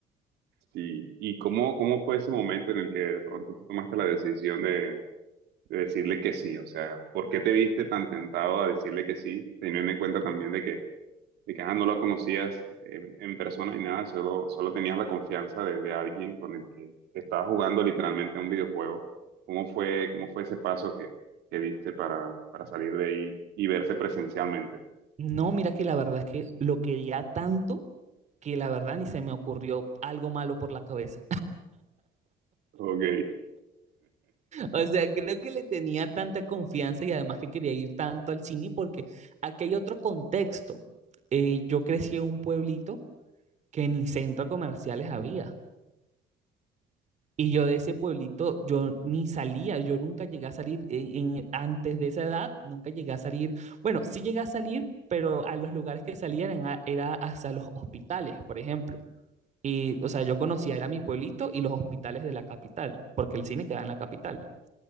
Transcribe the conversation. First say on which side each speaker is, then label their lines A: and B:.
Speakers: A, on the right; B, on the right.
A: Sí. ¿Y cómo, cómo fue ese momento en el que de pronto tú tomaste la decisión de, de decirle que sí? O sea, ¿por qué te viste tan tentado a decirle que sí, teniendo en cuenta también de que de que ah, no lo conocías eh, en, en persona ni nada, solo, solo tenías la confianza de, de alguien con el que estabas jugando literalmente a un videojuego. ¿Cómo fue, cómo fue ese paso que, que diste para, para salir de ahí y verse presencialmente?
B: No, mira que la verdad es que lo quería tanto que la verdad ni se me ocurrió algo malo por la cabeza.
A: Ok,
B: O sea, creo que le tenía tanta confianza y además que quería ir tanto al cine porque aquí hay otro contexto. Eh, yo crecí en un pueblito que ni centros comerciales había. Y yo de ese pueblito, yo ni salía, yo nunca llegué a salir en- en- antes de esa edad, nunca llegué a salir. Bueno, sí llegué a salir, pero a los lugares que salían eran a- era hasta los hospitales, por ejemplo. Y, o sea, yo conocía, era mi pueblito y los hospitales de la capital, porque el cine queda en la capital.